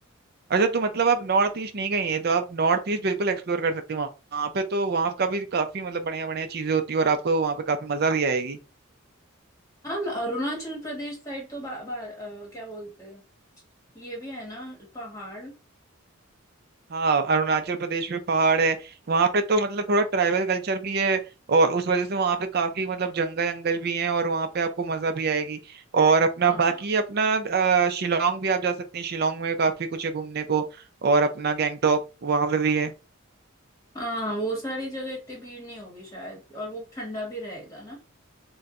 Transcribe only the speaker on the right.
अच्छा तो मतलब आप नॉर्थ ईस्ट नहीं गई हैं तो आप नॉर्थ ईस्ट बिल्कुल एक्सप्लोर कर सकते हैं वहाँ वहाँ पे तो वहाँ का भी काफी मतलब बढ़िया बढ़िया चीजें होती है और आपको वहाँ पे काफी मजा भी आएगी
हाँ अरुणाचल प्रदेश में पहाड़ है वहां पे तो मतलब थोड़ा ट्राइबल कल्चर भी है और उस वजह से वहां पे काफी मतलब जंगल जंगल भी हैं और वहां पे आपको मजा भी आएगी और अपना
बाकी अपना अ, शिलोंग भी आप जा सकते हैं शिलोंग में काफी कुछ है घूमने को और अपना गैंगटॉक वहां पे भी है